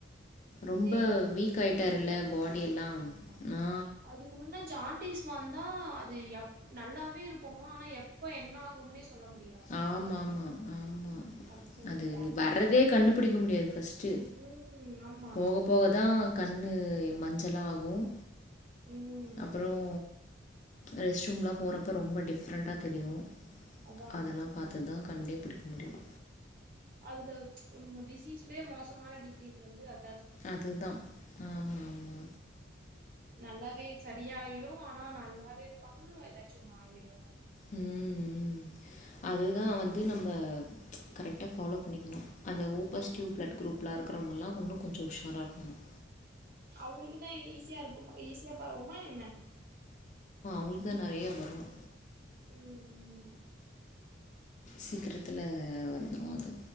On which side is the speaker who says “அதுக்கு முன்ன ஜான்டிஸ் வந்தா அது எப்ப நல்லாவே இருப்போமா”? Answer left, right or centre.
Right